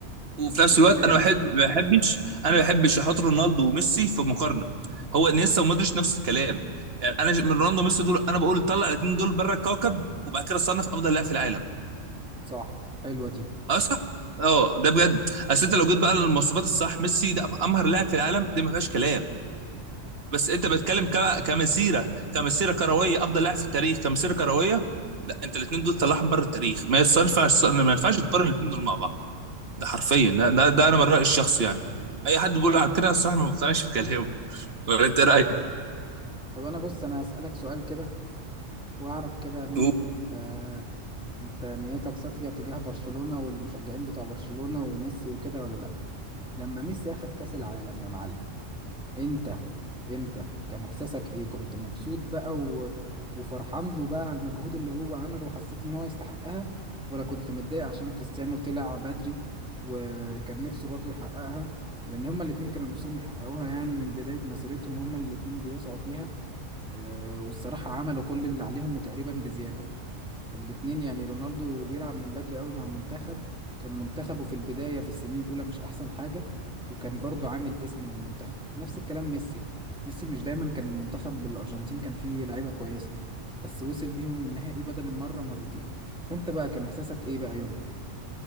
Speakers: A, on the right; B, in the centre.
A: وفي
B: انت
A: نفس
B: كده
A: الوقت
B: جامد
A: انا بحب ما بحبش انا ما بحبش احط رونالدو وميسي في مقارنه هو انيستا ومودريتش نفس الكلام يعني انا ج- من رونالدو وميسي دول انا بقول طلع الاثنين دول بره الكوكب وبعد كده صنف افضل لاعب في العالم
B: صح حلوة دي
A: اه صح اه ده بجد اصل انت لو جيت بقى للمواصفات الصح ميسي ده امهر لاعب في العالم دي ما فيهاش كلام بس انت بتتكلم ك- كمسيره كمسيره كرويه افضل لاعب في التاريخ كمسيره كرويه لا انت الاثنين دول طلعهم بره التاريخ ما يصنفعش ما ينفعش تقارن الاثنين دول مع بعض ده حرفيا ده, ده, ده انا من رايي الشخصي يعني اي حد بيقول على كده الصراحه ما بقتنعش بكلامه <laughs> ولا انت رايك
B: طب انا بص انا هسألك سؤال كده واعرف كده منك
A: هو-
B: انت انت نيتك صافية تجاه برشلونة والمشجعين بتوع برشلونة وميسي وكده ولا لا لما ميسي اخد كأس العالم يا معلم انت انت كان احساسك ايه كنت مبسوط بقى و... وفرحان له بقى على المجهود اللي هو عمله وحسيت ان هو يستحقها ولا كنت متضايق عشان كريستيانو طلع بدري وكان نفسه برضو يحققها لان هما الاتنين كانوا نفسهم يحققوها يعني من بداية مسيرتهم هما الاتنين بيسعوا فيها اه، والصراحة عملوا كل اللي عليهم وتقريبا بزيادة الاتنين يعني رونالدو بيلعب من بدري قوي مع المنتخب كان منتخبه في البداية في السنين الأولى مش أحسن حاجة وكان برضو عامل اسم للمنتخب نفس الكلام ميسي ميسي مش دايما كان المنتخب الأرجنتين كان فيه لعيبة كويسة بس وصل بيهم النهائي بدل المرة مرتين فأنت بقى كان إحساسك إيه بقى يومها؟